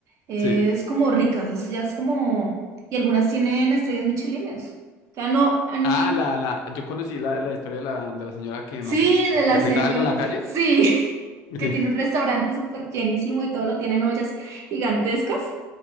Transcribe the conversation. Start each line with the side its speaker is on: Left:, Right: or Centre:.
Right: es
Left: O sea, sí.
Right: como rica, es- ya es como, y algunas tienen estrellas michelines. O sea, no, mm,
Left: Ah, la, la, yo conocí la, la historia de la, de la señora que
Right: Sí,
Left: no sé, qué, como
Right: de la
Left: que frita
Right: señora.
Left: algo en la calle,
Right: Sí, <laughs> que
Left: sí,
Right: tiene un restaurante súper llenísimo y todo lo tienen ollas gigantescas,